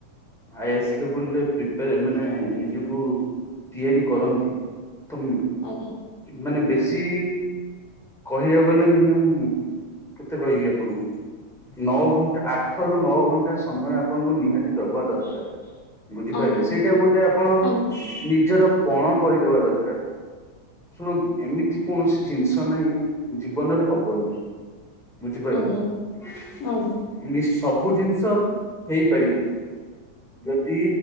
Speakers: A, in the centre; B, on the left (about 85°).
A: ଆଇ ଏସ୍ ଲବୁଲରେ ଏମାନେ ନିଜକୁ ତିଆରି କରନ୍ତି ତ
B: ଆଜ୍ଞା।
A: ମାନେ ବେଶୀ କହିବାକୁ ଗଲେ ମିନିମ୍ମ୍ କେତେ କହିବି ଆପଣଙ୍କୁ। ନଅ ଘଣ୍ଟା ଆଠ ରୁ ନଅ ଘଣ୍ଟା ସମୟ ଆପଣଙ୍କୁ ନିହାତି ଦବା ଦରକାର। ବୁଝିପାରିଲେ
B: ଆଜ୍ଞା
A: ସେଇଟା ଗୋଟେ ଆପଣ
B: ଆଜ୍ଞା
A: ନିଜର ପଣ କରିଦବା ଦରକାର। ଶୁଣନ୍ତୁ ଏମିତି କୌଣସି ଜିନିଷ ନାହିଁ ଜୀବନରେ ହବନି। <unintelligible>
B: ଆଜ୍ଞା ଆଜ୍ଞା
A: ସବୁ ଜିନିଷ ହେଇପାରିବ ଯଦି